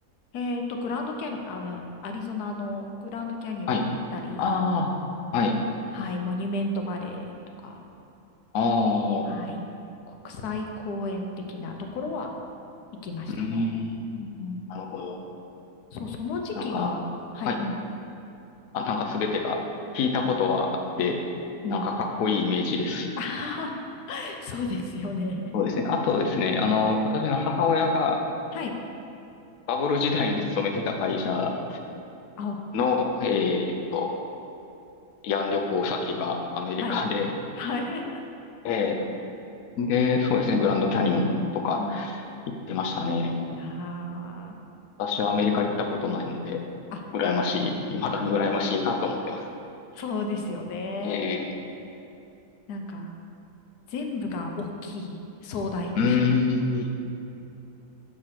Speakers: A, on the left; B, on the left.
A: えっと、グランドキャニオン、あ、アリゾナのグランドキャニオンに行ったり、
B: はい。ああ、はい。
A: はい、モニュメントバレーとか、
B: あ
A: はい、
B: あ、う
A: 国際公園的なところは行きましたね。
B: ーん。
A: うんうん。
B: なるほど。
A: そう、その時期が、
B: なんか、
A: はい、
B: はい。
A: うん。
B: あ、なんかすべてが聞いたことはあって、
A: あうん。うん
B: なんかかっこいいイメージです。
A: あはは <laughs> そうですよね。
B: そうですね。あとですね、あの、私の母親が
A: はい。
B: バブル時代に勤めてた会社
A: あ、
B: の、えっと、慰安旅行先がアメリカで、
A: はい。はい。<laughs>
B: ええ、で、そうですね、グランドキャニオンとか
A: うん。
B: 行ってましたね。
A: <laughs> あ
B: 私はアメリカ行ったことないので、
A: あ。あ、
B: 羨ましい、未だに羨ましいなと思ってます。
A: あ、そうですよね。
B: え
A: なんか、全部が大きい、壮大 <laughs> っ
B: ー、うーん。